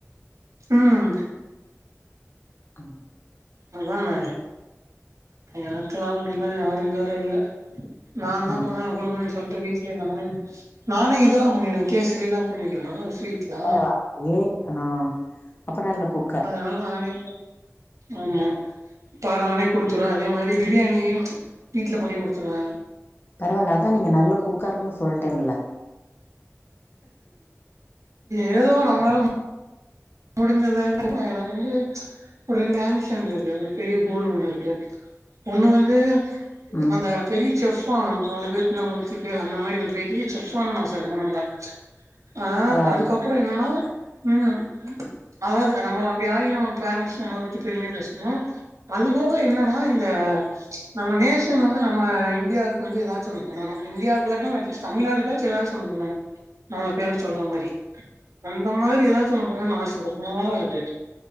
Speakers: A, on the right; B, on the left.
A: உம்
B: அ
A: இதானே எனக்குலா அப்டிலா யாரு இதுவர இல்ல நாந்தா
B: ம்
A: <unintelligible> சொந்த வீட்ல நானே நானே இதெல்லா பண்ணிடுவே கேசரிலா பண்ணிடுவேனா ஸ்வீட்லா
B: பரவால்லயே ஆ அப்ப நல்ல குக்கா
A: அதனால நானே ஆமா பா நானே குடுத்துருவே அதே மாரி பிரியாணியு வீட்டுல பண்ணி குடுத்துருவே
B: பரவால்ல அதா நீங்க நல்ல குக்கர்ன்னு சொல்ட்டேன்ல.
A: ஏதோ நம்மளால
B: ம்.
A: முடிஞ்சதா <inaudible> எனக்கு வந்து ஒரு ரெண்டு ஆம்பிஷன் இருக்கு ஒரு பெரிய கோல் ஒன்னு இருக்கு. ஒன்னு வந்து
B: ம்.
A: அந்த பெரிய செஃப் ஆகனு நாலு பேர்க்கு நம்ம ரெசிபிய அந்த மாரி ஒரு பெரிய செஃப் ஆகனுன் ஆச ரொம்ப நாளா அ
B: பரவால்லையே!
A: அதுக்கப்பறொ என்னன்னா ம் அதாவ்து நம்ம அப்டி ஆகி நம்ம பேரன்ட்ஸ் நம்மள பத்தி பெருமையா பேசுணு அதுபோக என்னனா இந்த அ நம்ம நேஷன் வந்து நம்ம இந்தியாவுக்கு வந்து எதாச்சு ஒன்னு பண்ணணு இந்தியாக்கு இல்லாட்டாலு அட்லிஸ்ட் தமிழ்நா யாருக்காச்சு எதாச்சு ஒன்னு பண்ணணு நம்ம பேர சொல்ற மாரி அந்த மாரி எதாச்சும் ஒன்னு பண்ணணுன் ஆச ரொம்ப நாளா இருக்கு